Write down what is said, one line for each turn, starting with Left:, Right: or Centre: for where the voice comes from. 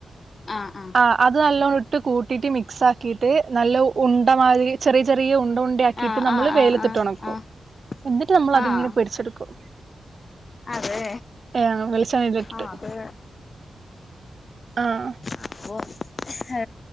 Left: ആഹ് ആഹ്
Right: അ അത് നല്ലോണം ഇട്ട് കൂട്ടിട്ട് മിക്സാ ക്കിട്ട് നല്ല ഉണ്ട മാതിരി ചെറിയ ചെറിയ ഉണ്ട ഉണ്ട ആക്കിട്ട്
Left: ആഹ്
Right: നമ്മള്
Left: ആഹ്
Right: വെയിലത്തിട്ട്
Left: ആഹ് ആഹ് ആഹ്
Right: ഒണക്കും
Left: ആഹ്
Right: എന്നിട്ട് നമ്മൾ അതിങ്ങനെ
Left: ആഹ്
Right: പിടിച്ചെടുക്കും
Left: അതെ
Right: ആഹ് വെളിച്ചെണ്ണേലിട്ടിട്ട്
Left: ആഹ് അത്
Right: ആഹ്
Left: <unintelligible> ഹ്